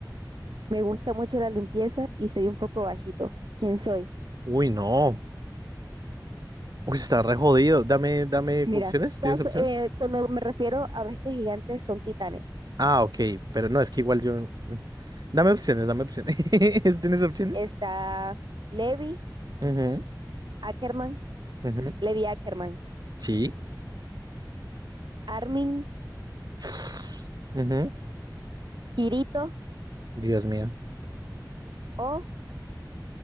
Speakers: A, on the right; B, on the right.
A: Me gusta mucho la limpieza y soy un poco bajito. ¿Quién soy?
B: Uy, no. Uy, está re jodido. Dame, dame
A: Mira,
B: opciones. ¿Tienes
A: caso-
B: opciones?
A: eh, cuando me refiero a bestias gigantes son titanes.
B: Ah, ok, pero no, es que igual yo. mm. Dame opciones, dame opciones. <laughs> ¿Tienes opciones?
A: Está Levi
B: Ujú,
A: Ackerman,
B: ujú.
A: Levi Ackerman,
B: Sí.
A: Armin,
B: <sniffs> Ujú.
A: Kirito
B: Dios mío.
A: o